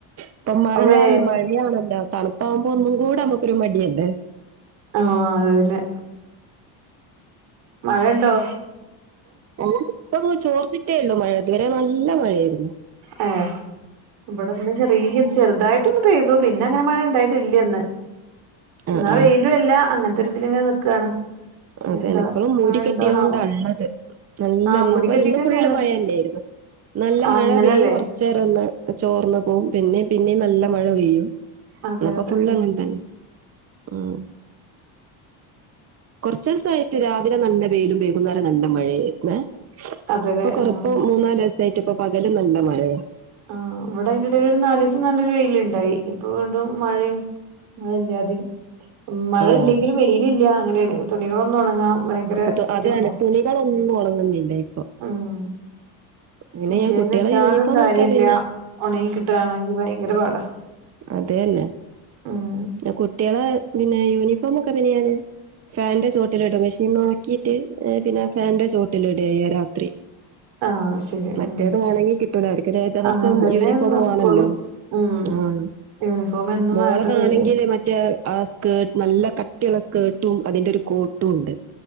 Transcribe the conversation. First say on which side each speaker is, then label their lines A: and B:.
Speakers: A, on the right; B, on the right.
A: ഇപ്പൊ മഴ
B: വേ
A: മഴയാണല്ലോ തണുപ്പാകുമ്പോ ഒന്നും കൂടെ നമ്മുക്കൊരു മടിയല്ലേ
B: ആഹ അത് പിന്നെ മഴണ്ടോ
A: ഏഹ്, ഇപ്പൊന്ന് ചോർത്തിട്ടെയൊള്ളു മഴ ഇതുവരെ നല്ല മഴയെനി
B: ഏഹ്, ഇവിടെന്ന് ചെറിയ ചെറുതായിട്ടൊന്നു പെയ്തു പിന്നങ്ങനെ മഴ ഇണ്ടായി ഇവിടെല്ല്യന്ന്,
A: ആ
B: ഇന്നാ
A: ആ
B: വെയിലു അല്ല അങ്ങൻത്തൊരിതിലിങ്ങന നിക്കാണ്. ഇനി
A: അതെന്നെ,
B: എന്താ
A: ഇപ്പളും മൂടികെട്ടിയോണ്ടാള്ളത്.
B: മഴ ഉണ്ടോണാവോ
A: നല്ല
B: ആഹ് മുടി കെട്ടിട്ട്
A: ഇന്ന്
B: തന്നെയാണ്
A: ഫുള്ള് മയന്നെയായിരുന്നു നല്ല നല്ല
B: ആഹ്
A: മഴ
B: ഇന്നലല്ലേ
A: പെയ്യും കുറച്ചേരം ഒന്ന് ചോർന്ന് പോകും പിന്നെ പിന്നെയും നല്ല മഴ പെയ്യും
B: അതെ
A: ഇന്നിപ്പൊ
B: അതെ
A: ഫുളള്
B: ഉം
A: അങ്ങൻതന്നെ ഉം കുറച്ചിസായിട്ട് രാവിലെ നല്ല വെയിലും വൈകുന്നേരം നല്ല മഴയേര്ന്നെ
B: അതെല്ലേ
A: ഇപ്പൊ കൊറ
B: ആഹ്
A: ഇപ്പൊ മൂന്നാലിസായിട്ട് ഇപ്പ പകലും നല്ല മഴയാ
B: ആഹ്, ഇവിടെ അതിന്റെടയിലൊരു നാലീസം നല്ലൊരു വെയിലിണ്ടായി, ഇപ്പൊ വീണ്ടും മഴയും മഴ ഇല്ലാതിം, മഴ
A: ആഹ്
B: ഇല്ലെങ്കില് വെയിലില്ല അങ്ങനെണ്. തുണികളൊന്നും ഒണങ്ങാം ഭയങ്കര
A: കുത്തു
B: ബുദ്ധിമുട്ടാ,
A: അതാണ്
B: <inaudible>
A: തുണികളൊന്നും ഉണങ്ങുന്നില്ല ഇപ്പൊ
B: ഹ്മ്മ്
A: പിന്നെ
B: മിഷിനിലിട്ടാലും
A: ഞാൻ കുട്ടികളെ യൂണിഫോം
B: കാര്യല്ല,
A: ഒക്കെ പിന്നെ
B: ഒണങ്ങി കിട്ടാനാണെങ്കിൽ ഭയങ്കര പാടാ
A: അതെയന്നെ,
B: ഉം
A: കുട്ടിയെളെ പിന്നെ യൂണിഫോമൊക്കെ പിന്നെ ഞാന് ഫാന്റെ ചോട്ടിലിടും മിഷിന്നൊണക്കീട്ട് ഏഹ് പിന്നെ ഫാൻന്റെ ചോട്ടിലിടയ്യാ രാത്രി
B: ആഹ് ശരി
A: മറ്റേത്
B: ഉം
A: ഒണങ്ങി കിട്ടൂലാ, അവര്ക്ക് ദ ദവസം
B: അങ്ങനെ തന്നെ
A: യൂണിഫോമ്
B: നടക്കുള്ളൂ
A: വാണല്ലോ
B: ഉം
A: ആഹ്.
B: യൂണിഫോം എന്നും
A: മോളതാണെങ്കില്
B: വേണ്ടതു അല്ലേ
A: മറ്റേ ആ സ്കേർ നല്ല കട്ടിയുള്ള സ്കേർ ട്ടും അതിന്റൊരു കോട്ടുണ്ട്,